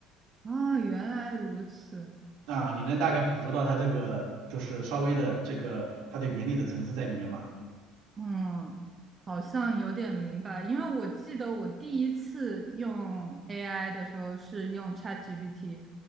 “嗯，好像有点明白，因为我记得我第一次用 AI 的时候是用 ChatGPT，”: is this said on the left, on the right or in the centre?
Right